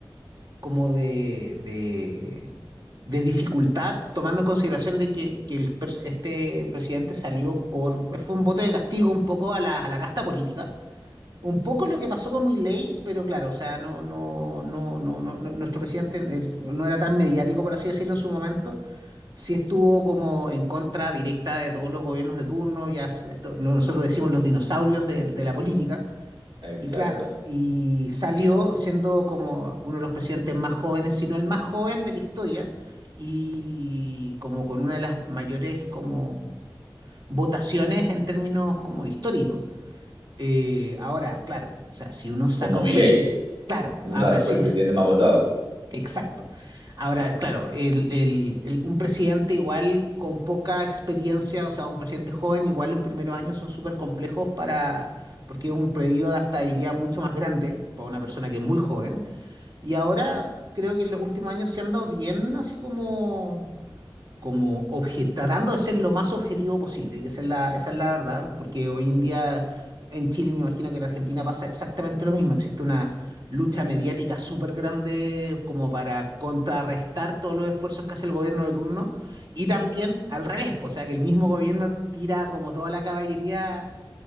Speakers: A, on the right (about 50°); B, on the right (about 65°).
A: como de, de, de dificultad, tomando en consideración de que, que el pres- este presidente salió por, fue un voto de castigo un poco a la, a la casta política. Un poco lo que pasó con Milei, pero claro, o sea, no, no, no, no, no, no- nuestro presidente él no era tan mediático, por así decirlo, en su momento. Sí estuvo como en contra directa de todos los gobiernos de turno, ya s- esto, nosotros decimos los dinosaurios de, de la política.
B: Exacto.
A: Y claro, y salió siendo como uno de los presidentes más jóvenes, si no el más joven de la historia, y como con una de las mayores como votaciones en términos como históricos. Eh, ahora, claro, o sea, si uno saca
B: Como
A: un
B: Milei,
A: presidente, claro,
B: nunca
A: ahora sí,
B: fue el presidente más votado.
A: <laughs> exacto. Ahora, claro, el- el- el- un presidente igual con poca experiencia, o sea, un presidente joven, igual los primeros años son súper complejos para, porque es un periodo de adaptabilidad mucho más grande para una persona que es muy joven. Y ahora creo que en los últimos años se han dado bien, así como como obje- tratando de ser lo más objetivo posible, que esa es la, esa es la verdad, porque hoy en día en Chile me imagino que en Argentina pasa exactamente lo mismo, existe una lucha mediática súper grande como para contrarrestar todos los esfuerzos que hace el gobierno de turno y también al revés, pues, o sea que el mismo gobierno tira como toda la caballería.